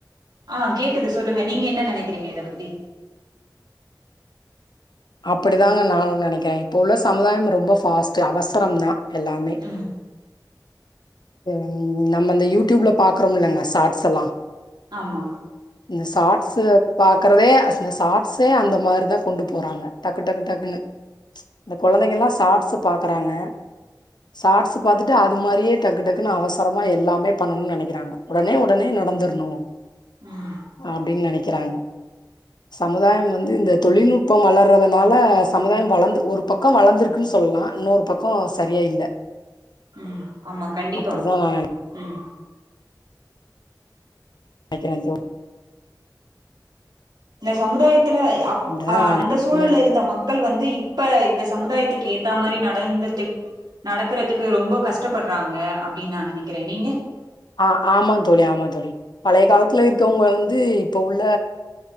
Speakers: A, on the right (about 60°); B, on the left (about 75°).
A: ஆ கேக்குது சொல்லுங்க நீங்க என்ன நனைக்கிறீங்க இத பத்தி
B: அப்படிதாங்க நானு நனைக்கிற இப்ப உள்ள சமுதாயம் ரொம்போ ஃபாஸ்ட் அவசரோ தா எல்லாமே
A: ம்
B: ம் நம்ம இந்த யூடியூப்ல பாக்றோம் இல்லங்க ஷாட்ஸ் எல்லா
A: ஆமா
B: இந்த ஷாட்ஸு பாக்கறதே இந்த ஷாட்ஸே அந்த மாரி தா கொண்டு போறாங்க டக்கு டக்கு டக்குன்னு இந்த கொழந்தைங்க எல்லா ஷாட்ஸ் பாக்கறாங்க ஷார்ட்ஸ் பாத்துட்டு அது மாரியே டக்கு டக்குன்னு அவசரமா எல்லாமே பண்ணணு நனைக்கிறாங்க உடனே உடனே நடந்துடணு
A: ம்
B: அப்டின்னு நெனைக்கிறாங்க சமுதாயம் வந்து இந்த தொழில்நுட்பம் வளர்றத னால சமுதாயம் வளந்து ஒரு பக்கம் வளர்ந்திருக்குன்னு சொல்லலா இன்னொரு பக்கோ சரியா இல்ல
A: ம் ஆமா கண்டிப்பா
B: அப்டிதா நா
A: ம்
B: நெனைக்கிற தோ
A: ந்த சமுதாய த்தில அப்
B: அப்டிதா
A: அந்த
B: நீங்க
A: சூழல்ல இருந்த ம மக்கள் வந்து இப்ப இந்த சமுதாயத்துக்கு ஏத்தா மாரி நடந்துட்டு நடக்கறதுக்கு ரொம்போ கஷ்டப்படுறாங்க அப்டின்னு நா நெனைக்கிறே நீங்க
B: ஆ ஆமா தோழி ஆமா தோழி பழைய காலத்துல இருக்கவங்க வந்து இப்ப உள்ள